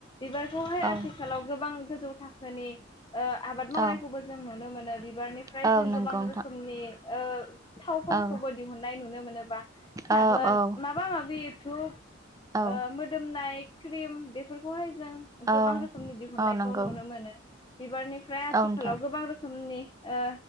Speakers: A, on the left; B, on the right.
A: बिबारखौहाय
B: औ
A: आथिखालाव गोबां गोजौ थाखोनि आबाद
B: औ
A: मावनायखौबो जों नुनो मोनो बिबारनिफ्राय
B: औ
A: जों
B: नंगौ
A: गोबां
B: नोंथां
A: रोखोमनि ओ थावफोर फोरखौबो
B: औ
A: दिहुननाय नुनो मोनोबा साबोन
B: औ औ
A: माबा माबि डुब
B: औ
A: मोदोमनाय क्रिम बेफोरखौहाय जों
B: औ
A: गोबां रोखोमनि दिहुननायखौ
B: औ नंगौ
A: नुनो मोनो बिबारनिफ्राय आथिखालाव
B: औ नोंथां
A: गोबां रोखोमनि ओ